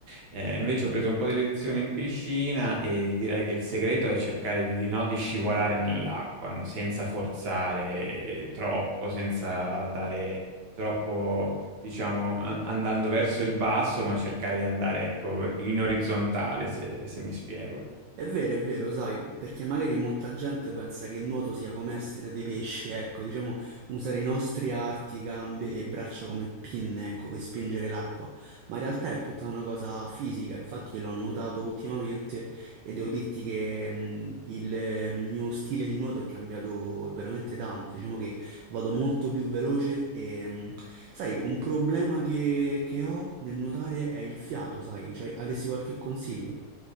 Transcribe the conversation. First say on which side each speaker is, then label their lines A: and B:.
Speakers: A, on the right; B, on the right.
A: Eh, invece ho preso un po' di lezioni in piscina e direi che il segreto è cercare di, di no, di scivolare nell'acqua, senza forzare troppo, senza dare troppo diciamo, an- andando verso il basso, ma cercare di andare, ecco, in orizzontale, se, se mi spiego.
B: È vero, è vero, sai, perché magari molta gente pensa che il nuoto sia come essere dei pesci, ecco, diciamo, usare i nostri arti, gambe e braccia come pinne, ecco, per spingere l'acqua, ma in realtà è tutta una cosa fisica, infatti l'ho notato ultimamente e devo dirti che mh, il mio stile di nuoto è cambiato veramente tanto, diciamo che vado molto più veloce e, mh, sai, un problema che, che ho nel nuotare è il fiato, sai, cioè, avresti qualche consiglio?